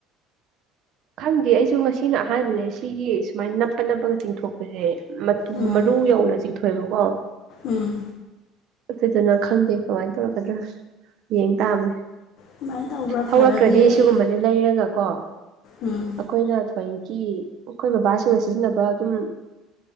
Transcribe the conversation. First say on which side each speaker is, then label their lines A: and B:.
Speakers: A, on the right; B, on the left.
A: ꯈꯪꯗꯦ ꯑꯩꯁꯨ ꯉꯁꯤꯅ ꯑꯍꯥꯟꯕꯅꯦ ꯁꯤꯒꯤ ꯁꯨꯃꯥꯏꯅ ꯅꯞꯄ ꯅꯞꯄꯒ ꯆꯤꯡꯊꯣꯛꯄꯁꯦ ꯃꯇꯨ
B: ꯎꯝ
A: ꯃꯔꯨ ꯌꯧꯅ ꯆꯤꯡꯊꯣꯛꯑꯦꯕꯀꯣ
B: ꯎꯝ
A: ꯑꯗꯨꯗꯅ ꯈꯪꯗꯦ ꯀꯃꯥꯏꯅ ꯇꯧꯔꯛꯀꯗ꯭ꯔꯥ ꯌꯦꯡ ꯇꯥꯕꯅꯦ
B: ꯁꯨꯃꯥꯏꯅ ꯇꯧꯕ꯭ꯔꯥ
A: ꯍꯧꯔꯛꯇ꯭ꯔꯗꯤ
B: ꯐꯔꯗꯤ
A: ꯁꯤꯒꯨꯝꯕꯗꯤ
B: ꯑꯩ
A: ꯂꯩꯔꯒꯀꯣ
B: ꯎꯝ
A: ꯑꯩꯈꯣꯏꯅ ꯑꯩꯈꯣꯏꯒꯤ ꯑꯩꯈꯣꯏ ꯕꯕꯥꯁꯤꯡꯅ ꯁꯤꯖꯤꯟꯅꯕ ꯑꯗꯨꯝ